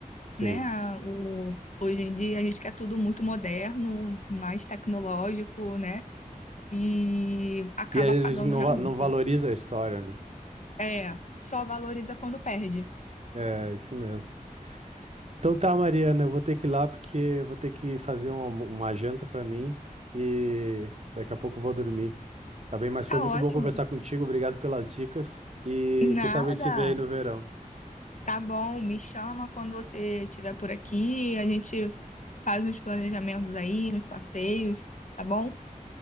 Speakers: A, on the right; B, on the left.
A: Sim.
B: né? A- o- hoje em dia a gente quer tudo muito moderno, mais tecnológico, né? E acaba
A: E às vezes
B: pagando
A: a gente não,
B: realmente.
A: va- não valoriza a história, né?
B: É, só valoriza quando perde.
A: É, isso mesmo. Então tá, Mariana, eu vou ter que ir lá porque eu vou ter que fazer uma, uma janta pra mim e daqui a pouco eu vou dormir. Tá bem? Mas
B: Tá
A: foi muito
B: ótimo.
A: bom conversar contigo. Obrigado pelas dicas e
B: Nada.
A: quem sabe a gente se vê aí no verão.
B: Tá bom, me chama quando você estiver por aqui, a gente faz uns planejamentos aí, uns passeios, tá bom?